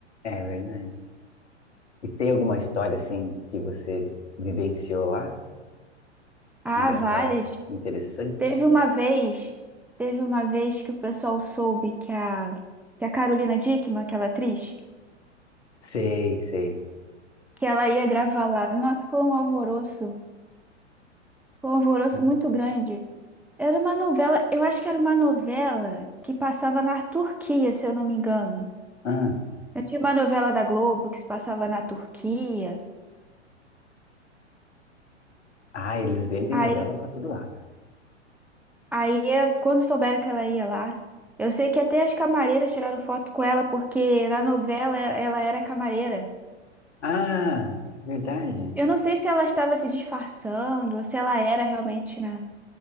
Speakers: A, on the left; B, in the centre.
A: É verdade. E tem alguma história, assim, que você vivenciou lá?
B: Ah,
A: Engra-
B: várias.
A: É, interessante.
B: Teve uma vez, teve uma vez que o pessoal soube que a, que a Carolina Dickman, aquela atriz,
A: Sei, sei.
B: que ela ia gravar lá. Nossa, foi um alvoroço, foi um alvoroço
A: Hum.
B: muito grande. Era uma novela, eu acho que era uma novela que passava na Turquia, se eu não me engano.
A: Ah,
B: Eu tinha uma novela da Globo que se passava na Turquia.
A: ah, eles vendem
B: Aí,
A: novela para todo lado.
B: aí, quando souberam que ela ia lá, eu sei que até as camareiras tiraram foto com ela, porque na novela ela era camareira.
A: Ah, verdade.
B: Eu não sei se ela estava se disfarçando, ou se ela era realmente na,